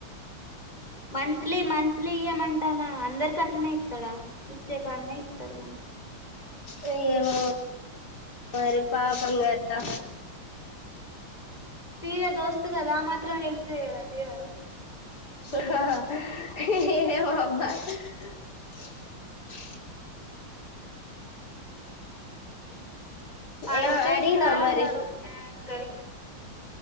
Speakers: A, on the left (about 20°); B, on the left (about 50°).
A: మంత్లీ మంత్లీ ఇ యే మం <unintelligible> టనా అందరికట్లనే ఇత్తాడా ఇచ్చేకాడనే ఇత్తరు కానీ
B: ఇవి ఏమో మరి పాపం గదా
A: తీరా దోస్త్ గదా ఆ మాత్రం హల్ప్ చేయడా తీరాదు
B: <unintelligible>
A: అడిగుతే
B: ఏ అడిగినా
A: ఇత్తా అని
B: మరి
A: అన్నాడు ఇంకా ఏమన్లా